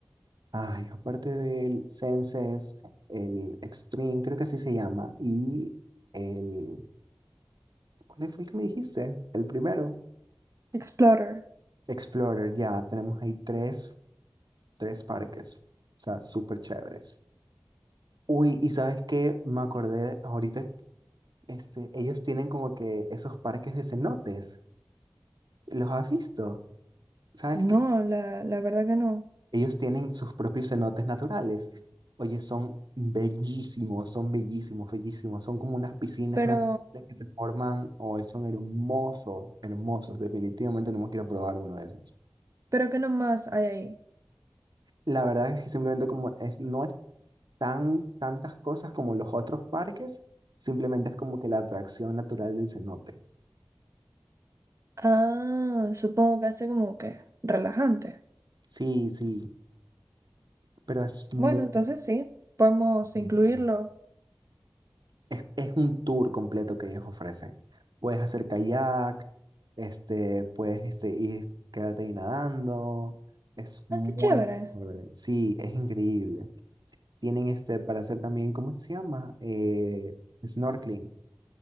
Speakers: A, on the right; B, on the right.
A: ay, aparte del Senses, el Extreme, creo que así se llama, y el, ¿cuál fue el que me dijiste? El primero.
B: <laughs> Explorer.
A: Explorer, ya tenemos ahí tres, tres parques, o sea, súper chéveres. Uy, y sabes qué, me acordé ahorita, este, ellos tienen como que esos parques de cenotes, ¿los has visto? ¿Sabes
B: No,
A: qué?
B: la, la verdad que no.
A: Ellos tienen sus propios cenotes naturales. Oye, son bellísimos, son bellísimos, bellísimos, son como unas piscinas
B: Pero,
A: naturales que se forman, hoy son hermosos, hermosos, definitivamente tenemos que ir a probar uno de esos.
B: pero ¿qué nomás hay ahí?
A: La verdad es que simplemente como es, no tan, tantas cosas como los otros parques, simplemente es como que la atracción natural del cenote.
B: Ah, supongo que hace como que relajante.
A: Sí, sí, pero es muy...
B: Bueno, entonces sí, podemos
A: bonito.
B: incluirlo.
A: Es, es un tour completo que ellos ofrecen. Puedes hacer kayak, este, puedes este, ir, quedarte ahí nadando. Es muy...
B: Ah, qué chévere.
A: chévere. Sí, es increíble. Tienen este para hacer también, ¿cómo es que se llama? Eh, snorkeling.